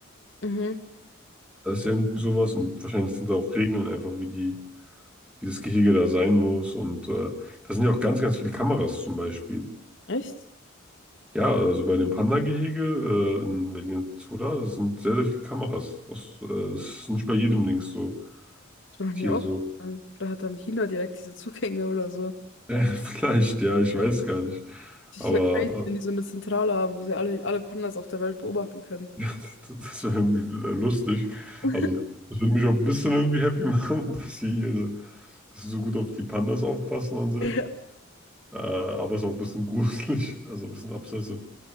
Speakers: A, on the left; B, in the centre.
A: Mhm.
B: Da ist ja irgendwie sowas und wahrscheinlich sind da auch Regeln einfach, wie die, wie das Gehege da sein muss. Und äh, da sind ja auch ganz, ganz viele Kameras zum Beispiel.
A: Echt?
B: Ja, also bei dem Panda-Gehege äh, in Berlin Zoo da das sind sehr, sehr viele Kameras. Das, äh, das ist nicht bei jedem Dings so,
A: Das war noch
B: Tier
A: nie
B: so. <laughs>
A: Vielleicht hat dann China direkt diese Zugänge oder so.
B: Äh, vielleicht, ja, ich weiß gar nicht.
A: Das
B: Aber
A: ist ja crazy, wenn die so eine Zentrale haben, wo sie alle, alle Pandas auf der Welt beobachten können.
B: <laughs> Das wäre irgendwie lustig.
A: <laughs>
B: Also, das würde mich auch ein bisschen irgendwie happy <laughs> machen, dass sie, ihre, dass sie so gut auf die Pandas aufpassen an sich.
A: Ja,
B: Äh, aber es ist auch ein bisschen <laughs> gruselig, also ein bisschen obsessive.